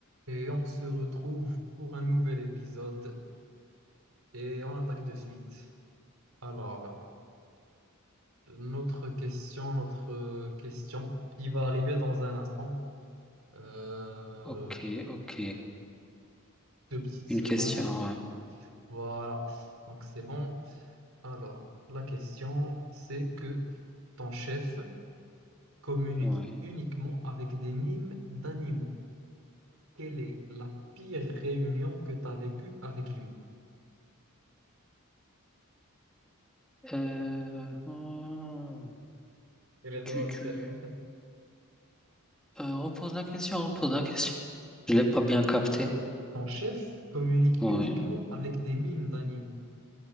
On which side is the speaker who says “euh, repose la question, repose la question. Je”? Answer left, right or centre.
Centre